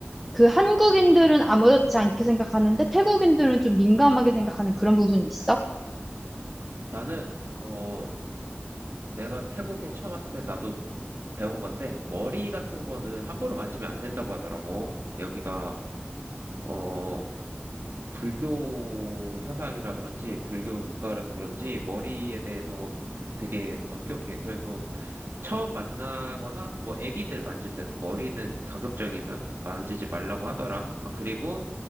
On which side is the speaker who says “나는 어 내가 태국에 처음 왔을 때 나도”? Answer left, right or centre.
Right